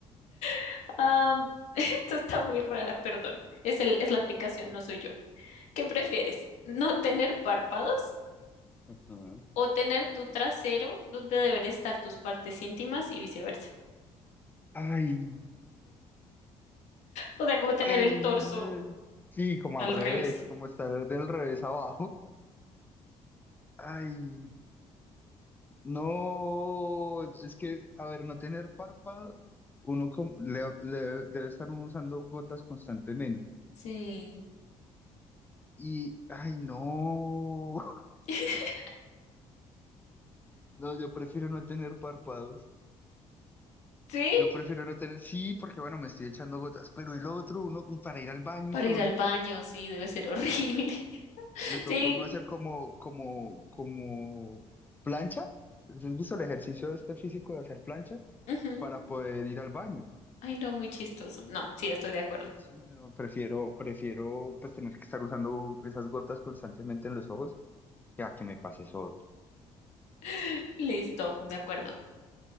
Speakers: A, on the left; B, on the left.
A: <laughs> Am, <laughs> esto está muy rara, perdón. Es el, es la aplicación, no soy yo. ¿Qué prefieres? ¿No tener párpados?
B: Ajá.
A: o tener tu trasero donde deber estar tus partes íntimas y viceversa.
B: Ay,
A: O sea, como tener
B: ay,
A: el torso
B: no. Sí, como
A: al
B: al revés,
A: revés.
B: como estar del revés abajo. Ay. No, es que, a ver, no tener párpado, uno como, le, le- debe estar uno usando gotas constantemente.
A: Sí,
B: Y, ay, no, <laughs>
A: <laughs>
B: no, yo prefiero no tener párpados.
A: Sí,
B: Yo prefiero no tener, sí, porque bueno, me estoy echando gotas, pero el otro, uno, u- para ir al baño
A: para
B: y todo,
A: ir al baño, sí, debe ser horrible. <laughs>
B: le tocó
A: Sí.
B: uno hacer como, como, como plancha. ¿Has visto el ejercicio este físico de hacer planchas
A: ujú.
B: para poder ir al baño?
A: Ay, no, muy chistoso. No, sí, estoy de acuerdo.
B: Sí, no, prefiero, prefiero pues tener que estar usando esas gotas constantemente en los ojos, ya que me pases eso
A: <laughs> Listo, de acuerdo.